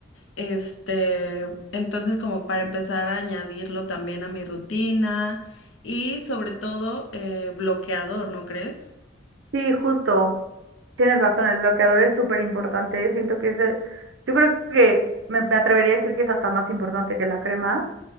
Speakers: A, on the left; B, on the right.
A: este, entonces como para empezar a añadirlo también a mi rutina y sobre todo eh, bloqueador, ¿no crees?
B: Sí, justo. Tienes razón, el bloqueador es súper importante. Siento que es de... Yo creo que me, me atrevería a decir que es hasta más importante que la crema.